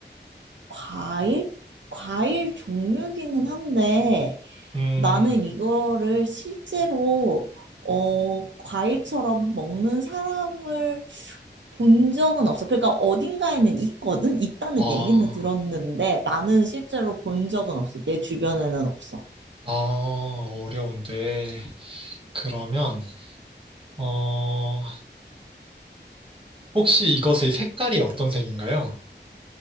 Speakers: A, on the right; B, on the right.
A: 과일? 과일 종류기는 한데
B: 음,
A: 나는 이거를 실제로 어, 과일처럼 먹는 사람을 본 적은 없어. 그러니까 어딘가에는 있거든? 있다는
B: 아,
A: 얘기는 들었는데 나는 실제로 본 적은 없어. 내 주변에는 없어.
B: 아, 어려운데. 그러면, 어, 혹시 이것의 색깔이 어떤 색인가요?